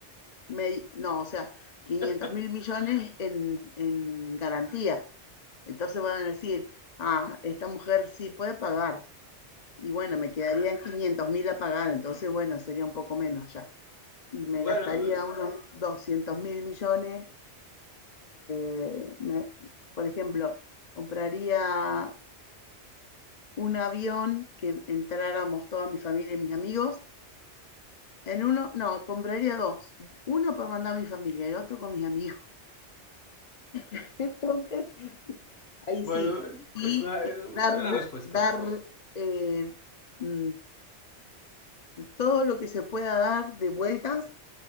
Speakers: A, on the left; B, on the left.
A: Me- no, o sea, 500
B: <laughs>
A: mil millones en, en garantía. Entonces van a decir, ah, esta mujer sí puede pagar. Y bueno, me quedarían 500 mil a pagar, entonces bueno, sería un poco menos ya. Y me
B: Bueno,
A: gastaría
B: bueno,
A: unos 200 mil millones. eh, me- por ejemplo, compraría un avión que entráramos toda mi familia y mis amigos. En uno, no, compraría dos. Uno para mandar a mi familia y otro con mis amigos. <laughs> Entonces, sí, ahí
B: Bueno,
A: sí. Y,
B: es una, es
A: y
B: una
A: dar,
B: buena respuesta.
A: dar eh, mm, todo lo que se pueda dar de vueltas